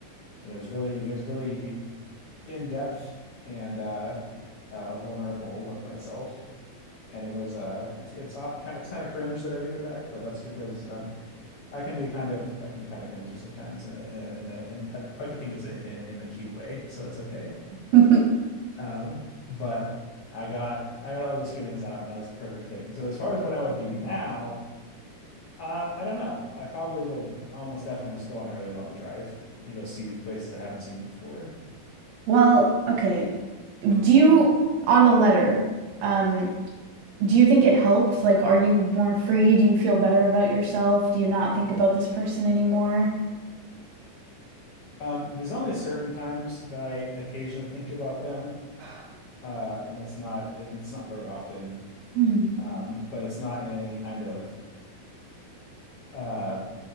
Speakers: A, on the left; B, on the right.
A: and it was really it was really in depth and uh, uh, vulnerable with myself. And it was uh, it's it's uh, ki- it's kind of cringe that I read it back, but that's because I'm I can be kind of I can be kind of cringy sometimes in a in a, in a in, I like to think it's a, in, in a cute way, so it's okay.
B: <laughs>
A: Um, but I got I got all those feelings out, and that was the perfect thing. So as far as what I would do now, uh, I don't know. I probably would almost definitely just go on a really long drive and go see places I haven't seen before.
B: Well, okay. Do you, on the letter, um, do you think it helped? Like, are you more free? Do you feel better about yourself? Do you not think about this person anymore?
A: Um, there's only certain times that I occasionally think about them,
B: <sighs>
A: uh, and that's not it's not very often.
B: Hmm.
A: Um, but it's not in any kind of uh,